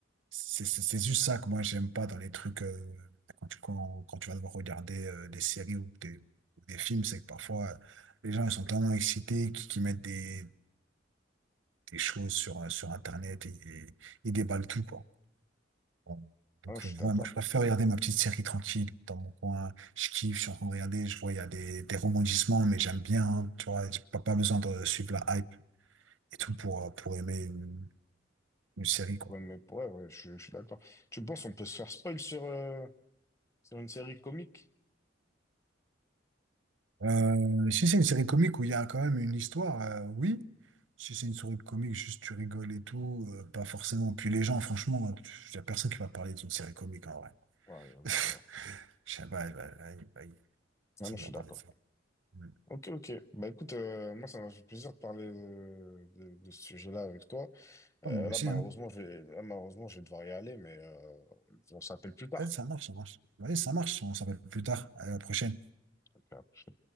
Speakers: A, on the right; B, on the left.
A: C'est c'est- c'est juste ça que moi j'aime pas dans les trucs, euh, quand tu, quand, quand tu vas devoir regarder euh, des séries ou des, ou des films, c'est que parfois euh, les gens ils sont tellement excités qu'ils qu'ils mettent des, des choses sur, euh, sur Internet et et ils déballent tout, quoi. Bon. Donc,
B: Ah, je
A: euh,
B: suis
A: ouais,
B: d'accord.
A: moi, je préfère regarder ma petite série tranquille dans mon coin. Je kiffe, je suis en train de regarder, je vois, il y a des, des rebondissements, mais j'aime bien, hein, tu vois, j'ai pas, pas besoin de suivre la hype et tout pour, euh, pour aimer une, une série, quoi.
B: Ouais, mais ouais, ouais, je, je suis d'accord. Tu penses on peut se faire spoil sur, euh, sur une série comique?
A: Euh, si c'est une série comique où il y a quand même une histoire, euh, oui. Si c'est une série comique, juste tu rigoles et tout, euh, pas forcément. Puis les gens, franchement, il y a personne qui va parler d'une série comique en vrai.
B: Ouais, j'avoue,
A: <laughs>
B: c'est vrai.
A: Je sais pas, il va- il va- il-
B: Ah,
A: personne
B: non, je
A: ne
B: suis
A: va
B: d'accord.
A: parler de ça. Mm.
B: Ok, ok. Bah écoute, euh, moi ça m'a fait plaisir de parler de, de- de ce sujet-là avec toi. Euh,
A: Ah, moi aussi,
B: là malheureusement,
A: hein.
B: je vais, là malheureusement, je vais devoir y aller, mais euh, on s'appelle plus tard.
A: vas ça marche, ça marche. Vas-y, ça marche. On s'appelle plus tard. À la prochaine.
B: Ok.